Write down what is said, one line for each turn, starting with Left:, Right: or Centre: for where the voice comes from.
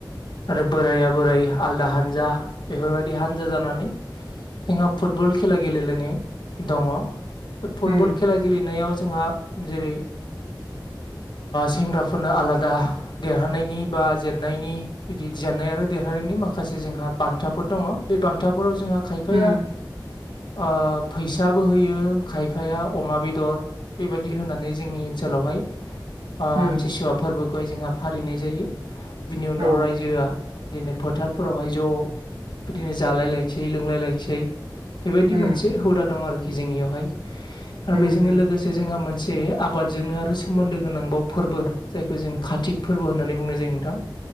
Left: आरो बोराइाया बोराइ आलादा हानजा बेफोरबायदि हानजा जानानै जोंहा फुटबल खेला गेलेलायनाय दङ बे फुटबल
Right: उम
Left: खेला गेलेनायाव जोंहा जेरै सेंग्राफोरनो आलादा देरहानायनि बा जेनायनि बि जेननाय आरो देरहानायनि माखासे जोंहा बान्थाफोर दङ बे बान्था हरआव जोंहा खायफाया
Right: उम
Left: ओ फैसाबो होयो खायफाया अमा बेदर, बेबायदि होनानै जोंनि ओनसोलावहाय आमथिसुवा
Right: उम
Left: फोर्बो खौहाय जोंहा फालिनाय जायो। बिनि उनाव
Right: औ
Left: रायजोआ इदिनो फोथारफोरावहाय ज' बिदिनो जालाय लायनोसै लोंलाय लायनोसै बेबायदि
Right: उम
Left: मोनसे हुदा दं आरोखि जोंनियावहाय आरो
Right: उम
Left: बेजोंनो
Right: उम
Left: लोगोसे जोंहा मोनसे आबादजोंनो आरो सोमोन्दो गोनांबाव फोरबो जायखौ जों कातिक फोरबो होननानै बुंनाय जायो नोंथां